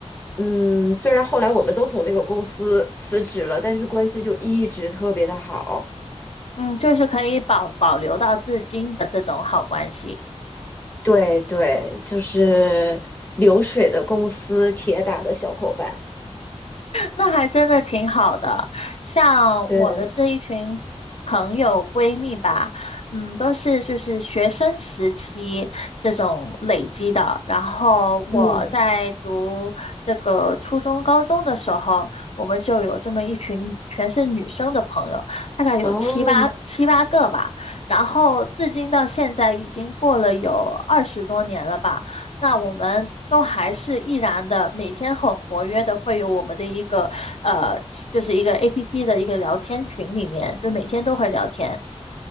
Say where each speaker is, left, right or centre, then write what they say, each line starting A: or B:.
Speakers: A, on the left; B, on the left.
A: 嗯，虽然后来我们都从那个公司辞职了，但是关系就一直特别的好。
B: 嗯，就是可以保保留到至今的这种好关系。
A: 对对，就是流水的公司，铁打的小伙伴。
B: 那还真的挺好的。像我的这一群朋友闺蜜吧，
A: 对，
B: 嗯，都是就是学生时期这种累积的。然后我在读这个初中、
A: 嗯，
B: 高中的时候，我们就有这么一群全是女生的朋友，大概有七八七八个吧。
A: 哦
B: 然后至今到现在已经过了有二十多年了吧。那我们都还是依然的每天很活跃的，会有我们的一个呃，就是一个 APP 的一个聊天群里面，就每天都会聊天。